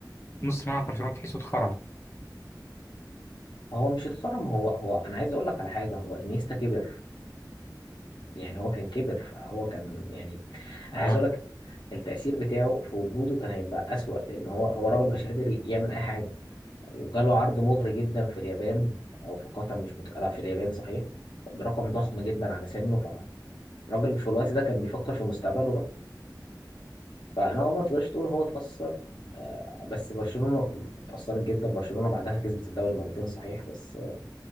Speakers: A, on the left; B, on the left.
A: نص ملعب برشلونة تحسه اتخرم
B: هو مش اتخرم هو هو انا عايز اقول لك على حاجه هو انيستا كبر يعني هو كان كبر فهو كان يعني عايز
A: اه
B: اقول لك التأثير بتاعه في وجوده كان هيبقى أسوأ لأن هو هو الراجل مبقاش قادر يعمل أي حاجة وجاله عرض مغري جدا في اليابان أو في قطر مش مت... لا في اليابان صحيح برقم ضخم جدا على سنه فالراجل في الوقت ده كان بيفكر في مستقبله بقى فانا هو ما تقدرش تقول هو اتأثر آه، بس برشلونة اتأثرت جدا برشلونة بعدها كسبت الدوري مرتين صحيح بس آه،